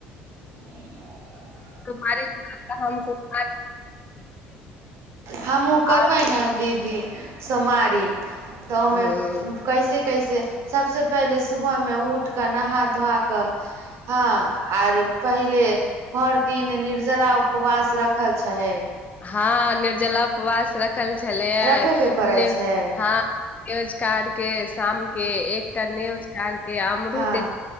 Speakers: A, on the right (about 55°); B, on the left (about 30°).
A: आ <unintelligible>
B: <unintelligible> तुम्हारे हम <unintelligible>
A: हमहुँ करबैय
B: आब
A: न दीदी सोमवारी तऽ ओहिमे
B: हूँ
A: कैसे कैसे सबसे पहिले सुबह मे उठ कर नहा धोआ क हाँ आर पहिले भर दिन निर्जला उपवास रखल छैय छैय <unintelligible>
B: हँ निर्जला उपवास रख रखल छलैय
A: रखे के पड़ै
B: ने
A: छै
B: हँ न्यूज कार्ड के शामके एकटा न्यूज कार्ड अमरुदे
A: हँ